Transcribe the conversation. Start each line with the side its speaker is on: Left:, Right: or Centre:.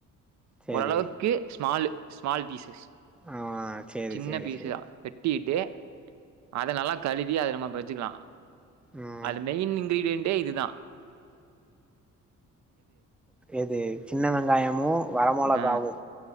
Centre: சேரி
Right: ஓரளவுக்கு ஸ்மால் ஸ்மால் பீஸ்சஸ்
Centre: ஆ சேரி
Right: சின்ன
Centre: சேரி
Right: பீஸா
Centre: சேரி
Right: வெட்டிட்டு அத நல்லா கழுவி அத நம்ம பொறிச்சுக்கலா
Centre: ம்
Right: அது மெயின் இங்கிர்டியன்ட் யே இதுதா
Centre: எது சின்ன வெங்காயமு வர மொழகாவூ
Right: ஆ